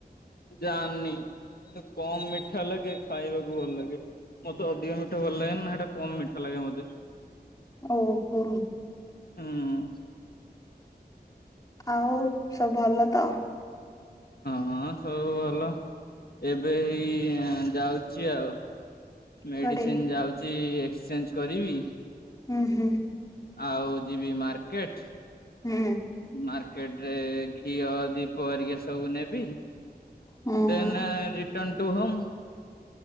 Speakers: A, on the left; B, on the left.
A: ଜାନି ନା କମ୍ ମିଠା ଲାଗେ ଖାଇବାକୁ ଭଲ ଲାଗେ ମତେ ଅଧିକା ମିଠା ଭଲ ଲାଗେନି ନା। କମ୍ ମିଠା ଲାଗେ ମତେ
B: ଓହୋ
A: ହୁଁ।
B: ଆଉ ସବୁ ଭଲ ତ?
A: ହଁ ସବୁ ଭଲ ଏବେ ଏଇ ଯାଉଚି ଆଉ ମେଡିସିନ
B: କୁଆଡେ
A: ଯାଉଛି ଏକ୍ସଚେଞ୍ଜ କରିବି।
B: ହୁଁ ହୁଁ।
A: ଆଉ ଯିବି ମାର୍କେଟ।
B: ହୁଁ।
A: ମାର୍କେଟ ରେ ଘିଅ ଦୀପ ଏରିକା ସବୁ ନେବି
B: ହୁଁ
A: ଦେନ୍
B: ହୁଁ
A: ରିଟନ ଟୁ ହୋମ୍।